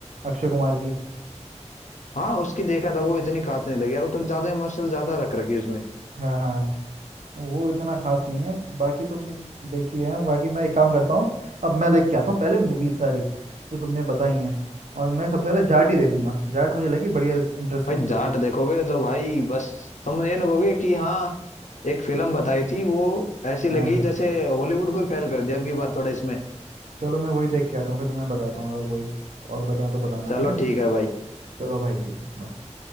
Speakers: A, on the right (about 85°); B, on the left (about 85°).
A: अक्षय कुमार की
B: हाँ उसकी देखा था वो इतनी खास नहीं लगी यार वो थोड़ी ज्यादा इमोशनल ज्यादा रख रखी है उसमें
A: हाँ हाँ वो इतना खास नहीं है बाकी तो तुम देखी है बाकी मैं एक काम करता हूँ अब मैं देख के आता हूँ पहले मूवी सारी जो तुमने बताई हैं और मैं सबसे पहले जाट ही देखूंगा जाट मुझे लगी बढ़िया इंटरेस्टिंग
B: भाई
A: स्टोरी
B: जाट देखोगे तो भाई बस तुम ये नहीं कहोगे कि हाँ एक फिल्म बताई थी वो ऐसी लगी
A: हाँ
B: जैसे हॉलीवुड को ही फेल कर दिया अब की बार थोड़ा इसमें
A: चलो मैं वही देख के आता हूँ फिर तुम्हें बताता हूँ अगर कोई और बताना तो बताना
B: चलो
A: ठीक है
B: ठीक है भाई
A: चलो भाई ठीक है bye।